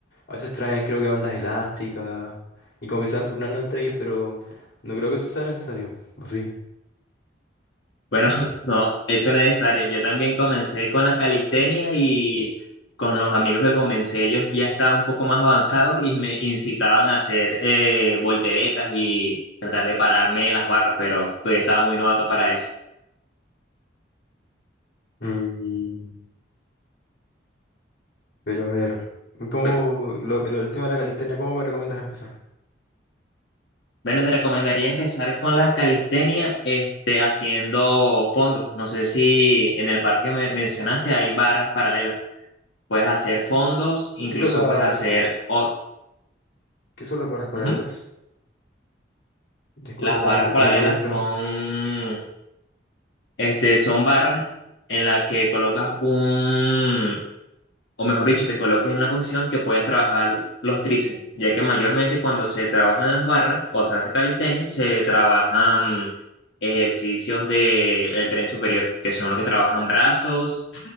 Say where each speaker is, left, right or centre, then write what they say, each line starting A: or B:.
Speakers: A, on the left; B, on the left.
A: A veces traen, creo que bandas elásticas y como que se van turnando entre ellos, pero no creo que eso sea necesario, ¿o sí?
B: Bueno, <laughs> no, eso no es necesario. Yo también comencé con la calistenia y con los amigos que comencé, ellos ya estaban un poco más avanzados y me incitaban a hacer eh, volteretas y tratar de pararme en las barras, pero todavía estaba muy novato para eso.
A: Mm, pero a ver, ¿cómo
B: Pe-
A: lo- lo- el tema de la calistenia, cómo me recomiendas empezar?
B: Bueno, te recomendaría empezar con la calistenia, este, haciendo fondos. No sé si en el parque que me mencionaste hay barras paralelas. Puedes hacer fondos, incluso
A: ¿Qué hizo la,
B: puedes hacer... o-
A: ¿Qué son las barras paralelas?
B: Ujú.
A: Disculpa
B: Las barras
A: la,
B: paralelas
A: la pregunta.
B: son Este, son barras en las que colocas un, o mejor dicho, te colocas en una posición que puedas trabajar los tríceps, ya que mayormente cuando se trabajan las barras o se hace calistenia, se trabajan ejercicios del el tren superior, que son los que trabajan brazos,